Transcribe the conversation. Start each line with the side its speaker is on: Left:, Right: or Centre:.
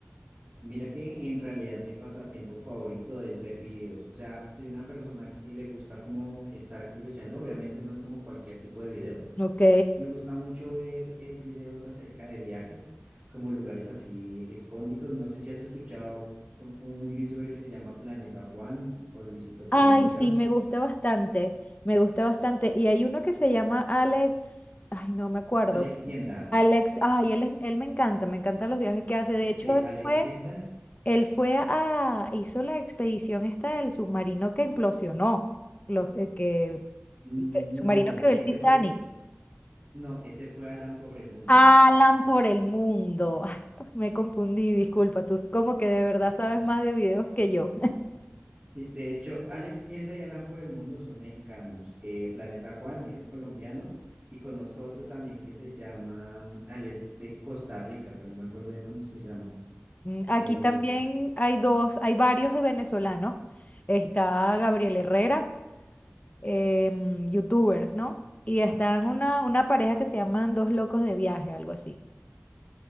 Right: Mira que en realidad mi pasatiempo favorito es ver videos. O sea, soy una persona que le gusta como estar curioseando. Obviamente no es como cualquier tipo de video.
Left: Ok.
Right: Me gusta mucho ver eh, videos acerca de viajes, como lugares así recónditos. No sé si has escuchado un un youtuber que se llama Planeta Juan o Luisito Comunica.
Left: Ay, sí, me gusta bastante, me gusta bastante. Y hay uno que se llama Alex, ay, no me acuerdo.
Right: Alex Tienda.
Left: Alex, ay, él, es- él me encanta, me encantan los viajes que hace. De
Right: Sí,
Left: hecho, él
Right: Alex
Left: fue,
Right: Tienda.
Left: él fue a, hizo la expedición esta del submarino que implosionó, los, eh, que,
Right: Mm,
Left: el submarino
Right: No,
Left: que ve el
Right: ese
Left: Titanic.
Right: fue, no, ese fue Alan por el mundo.
Left: Alan por el mundo. <laughs> Ay, me confundí, disculpa, tú como que de verdad sabes
Right: Sí.
Left: más de videos que yo.
Right: Sí, de hecho, Alex Tienda y Alan por el Mundo son mexicanos. eh, Planeta Juan es colombiano y conozco otro también que se llama mm, Alex de Costa Rica, pero no me acuerdo bien cómo se llama.
Left: Mm, Aquí
Right: Eh,
Left: también hay dos, hay varios venezolanos. Está Gabriel Herrera, em, youtuber, ¿no? Y están una, una pareja que se llaman Dos Locos de Viaje, algo así.